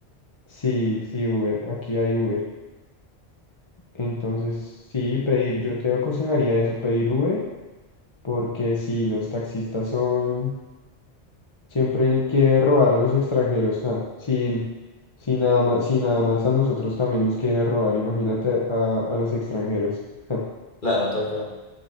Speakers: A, on the left (about 25°); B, on the left (about 45°).
A: Sí, sí, Uber. Aquí hay Uber. Entonces, sí, pedir, yo te aconsejaría eso, pedir Uber, porque si los taxistas son, siempre él quiere robar a los extranjeros, nada, sin, sin nada más, si nada más a nosotros también nos quiere robar, imagínate a, a los extranjeros. <laughs>
B: Claro, tal cual.